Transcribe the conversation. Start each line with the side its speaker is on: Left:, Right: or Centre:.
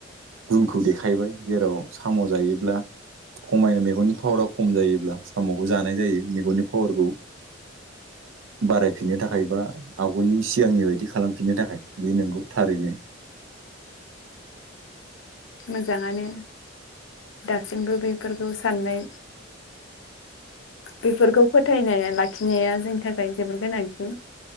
Right: गुनखौ देखायबाय। जेराव साम' जायोब्ला खमायनाय मेगननि पावारा खम जायोब्ला साम'खौ जानाय जायो मेगननि पावारखौ बारायफिननो थाखाय बा आवगोलनि सिगांनि बायदि खालामफिननो थाखाय बे नंगौ थारैनो।
Left: मोजाङानो दासिमबो बेफोरखौ साननाय बेफोरखौ फोथायनाय लाखिनाया जोंनि थाखाय जोबोर गोनांथि।